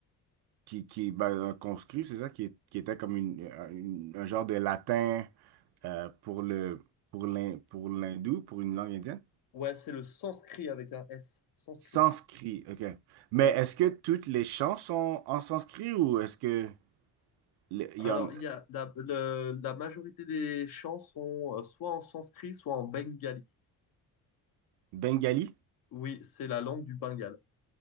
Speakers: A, on the right; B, on the left.
A: qui qui ben, un conscript c'est ça qui, est- qui était comme une, un une- un genre de latin euh, pour le pour l'hin- pour l'hindou pour une langue indienne
B: Ouais, c'est le sanskrit avec un S, sanskrit.
A: sanskrit ok mais
B: Ouais.
A: est-ce que toutes les chants sont en sanskrit ou est-ce que le- il
B: Alors,
A: y en
B: il y a la, le- la majorité des chants sont euh, soit en sanskrit, soit en bengali.
A: Bengali?
B: Oui, c'est la langue du Bengale.